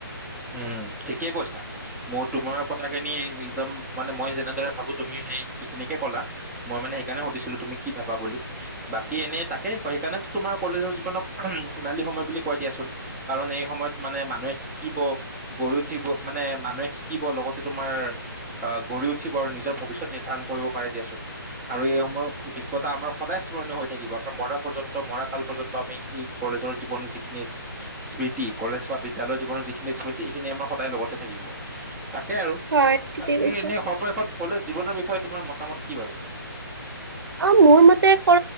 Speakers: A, in the centre; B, on the right.
A: উম ঠিকেই কৈছা। মোৰ, তোমাৰ কথাখিনি একদম মানে মই যেনেদৰে ভাবো তুমিও সেই সেই খিনিকে কলা। মই মানে সেইকাৰণে সুধিছিলো তুমি কি ভাবা বুলি। বাকী এনেই তাকে ক সেইকাৰণে তোমাৰ কলেজৰ জীৱনক উ সোণালী সময় বুলি কয় দিয়াচোন। কাৰণ এই সময়ত মানে মানুহে শিকিব গঢ় উঠিব মানে মানুহে শিকিব লগতে তোমাৰ আহ গঢ়ি উঠিব আৰু নিজৰ ভৱিষ্যত নি ধাৰণ কৰিব পাৰে দিয়াচোন। আৰু এই সময়ৰ অভিজ্ঞতা আমাৰ সদায় স্মৰণীয় হৈ থাকিব। আমি মৰা পৰ্যন্ত ম কাল পৰ্যন্ত আমি এই কলেজৰ জীৱনৰ যিখিনি স্মৃতি কলেজ বা বিদ্যালয়ৰ জীৱনৰ যিখিনি স্মৃতি এইখিনি আমাৰ সদায় লগতে থাকিব। তাকে আৰু
B: হয় ঠিকেই
A: তাকে
B: কৈছা।
A: এনেই সৱ শেষত কলেজ জীৱনৰ বিষয়ে তোমাৰ মতামত কি বাৰু?
B: অ মোৰ মতে ক